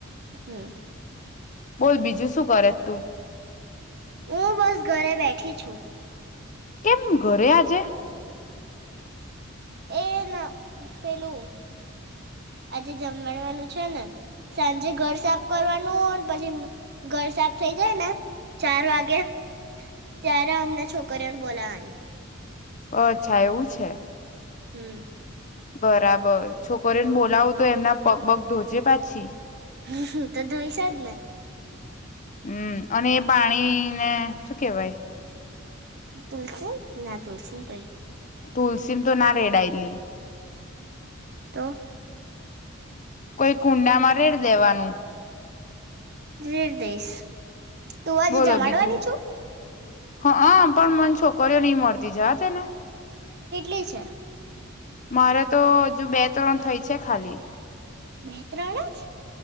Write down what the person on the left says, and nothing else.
બોલ બીજું શું કરે તું.
કેમ ઘરે આજે.
અચ્છા એવું છે.
બરાબર છોકરીને બોલાવું તો એમના પગ પગ ધોજે પાછી.
હમ અને એ પાણીને શું કેવાય.
તુલસીમ તો ના રેડાયેલી.
કોઈ કુંડામાં રેડ દેવાનું.
બોલો
બીજું
હા હ પણ મને છોકરીઓ નહી મળતી જા તેને.
મારે તો હજુ બે ત્રણ થઈ છે ખાલી.